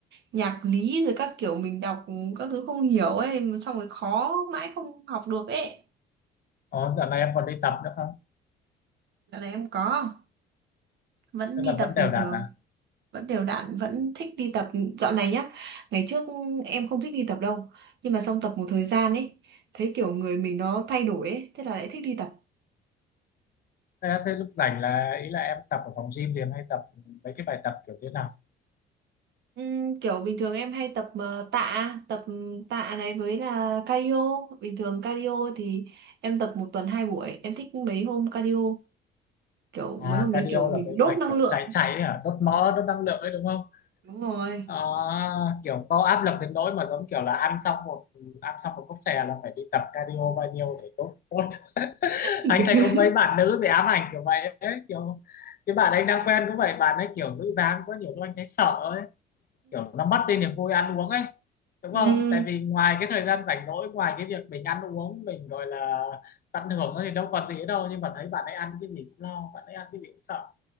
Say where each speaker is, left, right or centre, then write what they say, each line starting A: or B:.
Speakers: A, on the right (about 65°); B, on the left (about 50°).
A: nhạc lý rồi các kiểu mình đọc các thứ không hiểu ấy, xong rồi khó mãi không học được ấy.
B: Ồ, giờ này em còn đi tập nữa không
A: Dạo này em có, vẫn
B: tức
A: đi
B: là
A: tập
B: vẫn đều
A: bình
B: đặn
A: thường.
B: à
A: vẫn đều đặn vẫn thích đi tập dạo này nhá ngày trước em không thích đi tập đâu nhưng mà xong tập một thời gian ấy thấy kiểu người mình nó thay đổi ấy thế là lại thích đi tập
B: Thế, thế lúc rảnh là ý là em tập ở phòng gym thì em hay tập mấy cái bài tập kiểu thế nào?
A: Ừm, kiểu bình thường em hay tập ờ, tạ tập tạ này với là cardio bình thường cardio thì em tập một tuần hai buổi em thích mấy hôm cardio kiểu
B: À,
A: mấy hôm đấy
B: cardio
A: kiểu mình
B: là mấy
A: đốt
B: bài
A: năng
B: kiểu
A: lượng
B: chạy chạy ấy hả? Đốt mỡ, đốt năng lượng ấy đúng không?
A: đúng rồi
B: À, kiểu có áp lực đến nỗi mà giống kiểu là ăn xong một ừ, ăn xong một cốc chè là phải đi tập cardio bao nhiêu để đốt đốt. <laughs>
A: <laughs>
B: Anh thấy có mấy bạn nữ bị ám ảnh kiểu vậy ấy, kiểu cái bạn anh đang quen cũng vậy, bạn ấy kiểu giữ dáng quá nhiều lúc anh thấy sợ ấy. kiểu nó mất đi niềm vui ăn uống ấy đúng
A: Ừm,
B: không tại vì ngoài cái thời gian rảnh rỗi ngoài cái việc mình ăn uống mình gọi là tận hưởng nó thì đâu còn gì nữa đâu nhưng mà thấy bạn ấy ăn cái gì cũng lo bạn ấy ăn cái gì cũng sợ